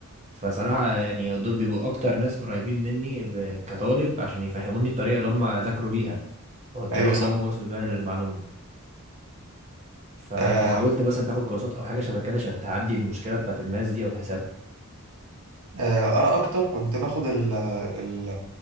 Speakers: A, on the right (about 30°); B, on the right (about 80°).
A: فصراحة يعني دول بيبقوا أكتر ناس قريبين مني ب- كطالب عشان يفهموني الطريقة اللي هم ذاكروا بيها أو الطريقة
B: ايوه صح
A: اللي هم وصلوا بيها للمعلومة فأنت
B: آه
A: حاولت مثلا تاخد كورسات أو حاجة شبه كده عشان تعدي المشكلة بتاعت الماس دي أو الحساب
B: آه انا اكتر كنت باخد ال ال